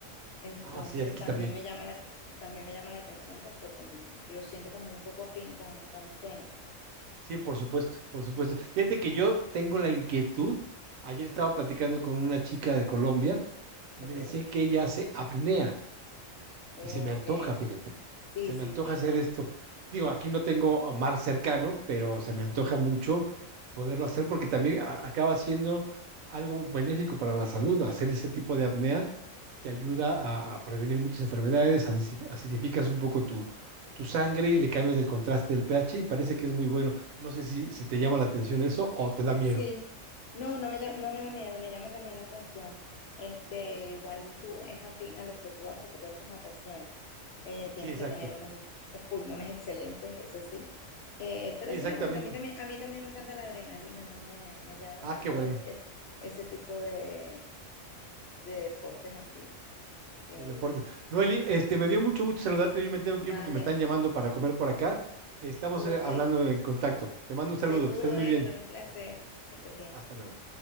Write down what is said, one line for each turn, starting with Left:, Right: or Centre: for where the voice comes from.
Left: entonces
Right: Ah, sí, aquí
Left: también
Right: también.
Left: me llama la, también me llama la atención, pues porque como lo siento como un poco afín con, con el tenis,
Right: Sí, por supuesto, por supuesto. Fíjate que yo tengo la inquietud. Ayer estaba platicando con una chica de Colombia y
Left: ¿ok?
Right: me decía que ella hace apnea
Left: Ok,
Right: y se me antoja, fíjate.
Left: sí,
Right: Se me
Left: sí,
Right: antoja
Left: sí,
Right: hacer esto. Digo, aquí no tengo a mar cercano, pero se me antoja mucho poderlo hacer porque también a- acaba siendo algo benéfico para la salud, hacer ese tipo de apnea te ayuda a, a prevenir muchas enfermedades, adici- acidificas un poco tu, tu sangre y le cambias el contraste del pH y parece que es muy bueno. No sé si, si te llama la atención eso o te da miedo.
Left: sí. No, no me, llam- no me da miedo, me llama también la atención. Este, igual tú es afín a lo que tú haces, que tú haces natación. eh,
Right: Sí,
Left: tienes
Right: exacto.
Left: que tener unos pulmones excelentes, eso sí. Eh, pero
Right: Sí,
Left: sí
Right: exactamente.
Left: me gusta, a mí también, a mí también me encanta la adrenalina, a mí me, me llama
Right: Ah,
Left: mucho
Right: qué bueno.
Left: e, es- ese tipo de, de deportes así, sí
Right: De
Left: me
Right: deporte.
Left: gusta.
Right: Noeli, este, me dio mucho gusto saludarte. Yo me tengo
Left: Vale,
Right: que ir porque me están llamando para comer por acá. Estamos
Left: ok,
Right: eh, hablando en contacto. Te mando un saludo,
Left: seguro
Right: que estés muy
Left: Héctor,
Right: bien.
Left: un placer, que estés bien.
Right: Hasta luego.